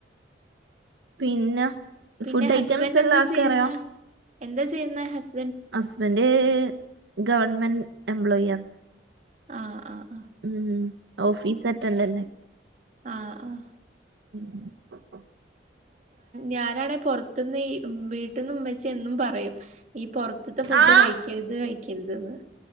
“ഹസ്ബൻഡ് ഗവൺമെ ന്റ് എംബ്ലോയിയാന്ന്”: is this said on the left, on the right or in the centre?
Right